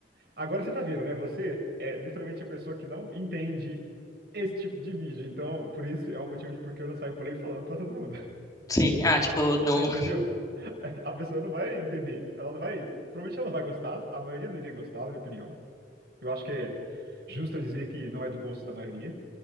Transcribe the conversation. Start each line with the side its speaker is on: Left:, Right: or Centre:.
Right: Agora você tá vendo, né? Você é literalmente a pessoa que não entende esse tipo de vídeo. Então, por isso é um motivo de porque eu não saio por aí falando para todo mundo.
Left: Sim. Ah, tipo,
Right: <laughs>
Left: não.
Right: Entendeu?
Left: <laughs>
Right: A pessoa não vai entender. Ela não vai. Provavelmente ela não vai gostar. A maioria não iria gostar, na minha opinião. Eu acho que é justo eu dizer que não é do gosto da maioria.